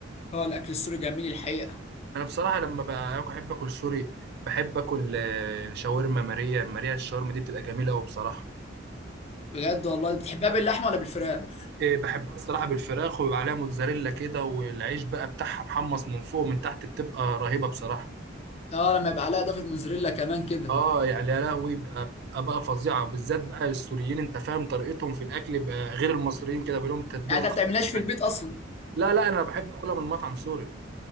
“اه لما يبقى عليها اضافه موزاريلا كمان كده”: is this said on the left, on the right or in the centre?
Left